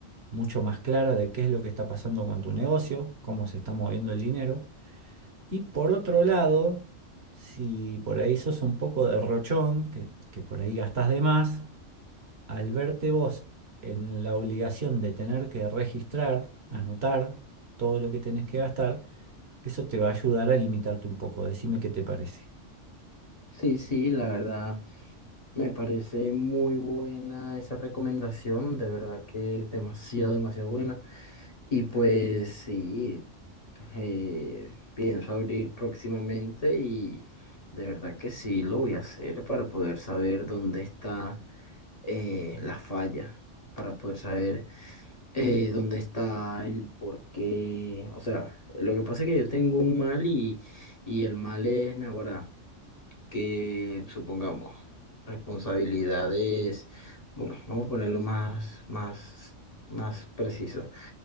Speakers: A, on the right (about 60°); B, on the left (about 35°).
A: mucho más clara de qué es lo que está pasando con tu negocio, cómo se está moviendo el dinero. Y por otro lado, si por ahí sos un poco derrochón, que, que por ahí gastás de más, al verte vos en la obligación de tener que registrar, anotar todo lo que tenés que gastar, eso te va a ayudar a limitarte un poco. Decime qué te parece.
B: Sí, sí, la verdad me parece muy buena esa recomendación, de verdad que es demasiado, demasiado buena. Y pues sí, eh, pienso abrir próximamente y de verdad que sí lo voy a hacer para poder saber dónde está eh, la falla, para poder saber eh, dónde está el por qué. O sea, lo que pasa es que yo tengo un mal y, y el mal es naguará, que supongamos responsabilidades, bueno, vamos a ponerlo más, más, más preciso.